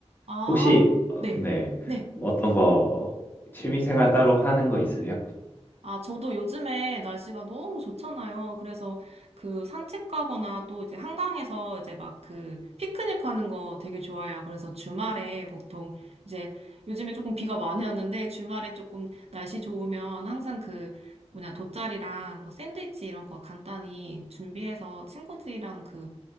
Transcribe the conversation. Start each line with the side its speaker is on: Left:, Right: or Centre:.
Right: 아,
Left: 혹시 어,
Right: 네.
Left: 네
Right: 네.
Left: 어떤 거 취미생활 따로 하는 거 있으세요?
Right: 아, 저도 요즘에 날씨가 너무 좋잖아요. 그래서 그 산책 가거나 또 이제 한강에서 이제 막 그 피크닉 하는 거 되게 좋아해요. 그래서 주말에 보통 이제 요즘에 조금 비가 많이 오는데 주말에 조금 날씨 좋으면 항상 그 뭐냐 돗자리랑 뭐 샌드위치 이런 거 간단히 준비해서 친구들이랑 그